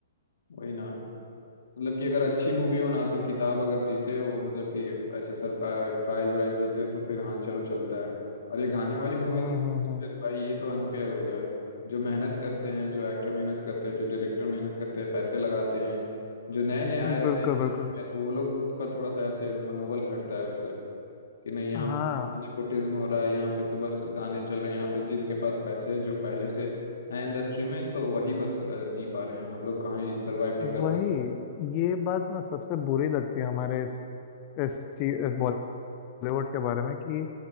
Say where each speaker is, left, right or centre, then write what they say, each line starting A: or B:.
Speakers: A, on the left; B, on the left.
A: वही ना मतलब कि अगर अच्छी मूवी हो ना तो किताब अगर जीते वो मतलब कि ऐसे सर प्राइज वाइज जीते तो फिर हाँ चलो चलता है और ये गाने वाली मूवीज
B: हम्म हम्म
A: फिर भाई ये तो अनफेयर हो गया जो मेहनत करते हैं जो एक्टर मेहनत करते हैं जो डायरेक्टर मेहनत करते हैं पैसे लगाते हैं जो नए नए आए
B: हम्म
A: रहते
B: बिल्कुल
A: हैं इंडस्ट्री
B: बिल्कुल
A: में तो वो लोग का थोड़ा सा ऐसे मनोबल घटता है उससे कि नहीं यहाँ
B: हाँ
A: पे नेपोटिज्म हो रहा है यहाँ पे तो बस गाने चल रहे हैं यहाँ पे जिनके पास पैसे है जो पहले से है इंडस्ट्री में तो वही बस अ, जी पा रहे हैं हम लोग कहाँ ही सर्वाइव नहीं
B: वही
A: कर पा रहे
B: ये बात ना सबसे बुरी लगती है हमारे इस इस चीज इस बॉलीवुड के बारे में कि